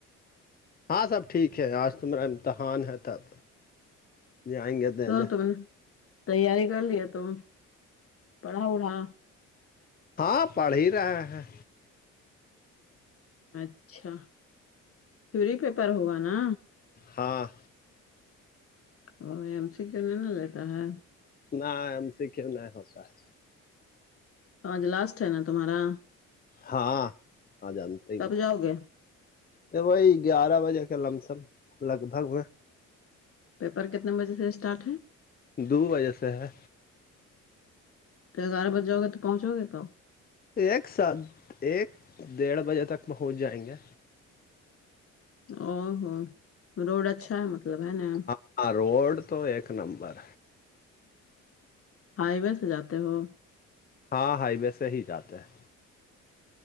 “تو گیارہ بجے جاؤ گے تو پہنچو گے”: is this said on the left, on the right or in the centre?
Left